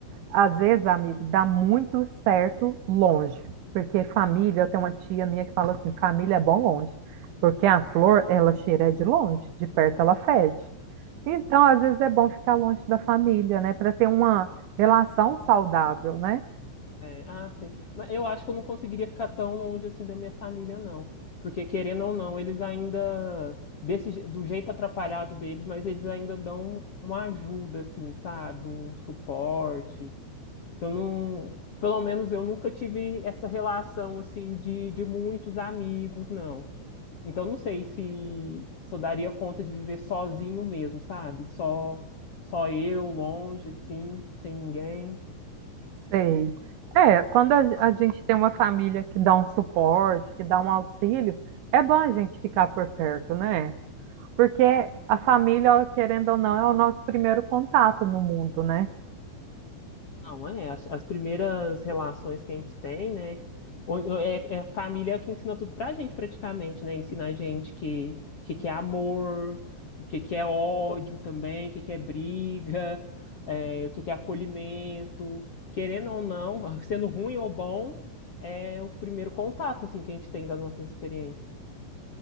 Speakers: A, on the right (about 70°); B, on the left (about 55°).
A: Às vezes, amigo, dá muito certo longe, porque família, eu tenho uma tia minha que fala assim, família é bom longe, porque a flor, ela cheira de longe, de perto ela fede. Então, às vezes é bom ficar longe da família, né, para ter uma relação saudável, né?
B: É, ah, sim. Mas eu acho que eu não conseguiria ficar tão longe assim da minha família, não. Porque, querendo ou não, eles ainda, desse, je- do jeito atrapalhado deles, mas eles ainda dão uma ajuda, assim, sabe? Um suporte. Eu não, pelo menos eu nunca tive essa relação, assim, de, de muitos amigos, não. Então, não sei se, se eu daria conta de viver sozinho mesmo, sabe? Só, só eu, longe, assim, sem ninguém.
A: Sei. É, quando a, a gente tem uma família que dá um suporte, que dá um auxílio, é bom a gente ficar por perto, né? Porque a família, querendo ou não, é o nosso primeiro contato no mundo, né?
B: Não, é. As, as primeiras relações que a gente tem, né? ou- ou É, é a família que ensina tudo pra gente, praticamente, né? Ensina a gente que, que, que é amor, o que, que é ódio também, o que, que é briga, é, o que, que é acolhimento. Querendo ou não, <laughs> sendo ruim ou bom, é o primeiro contato, assim, que a gente tem das nossas experiências.